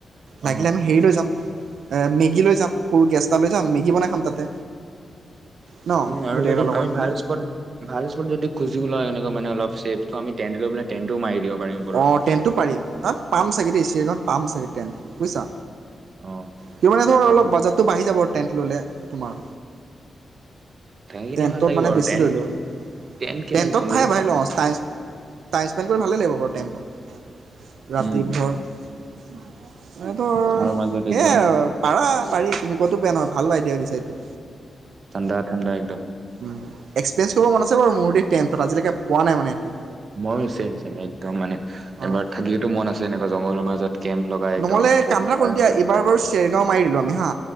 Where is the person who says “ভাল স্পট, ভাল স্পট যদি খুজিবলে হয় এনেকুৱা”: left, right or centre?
Right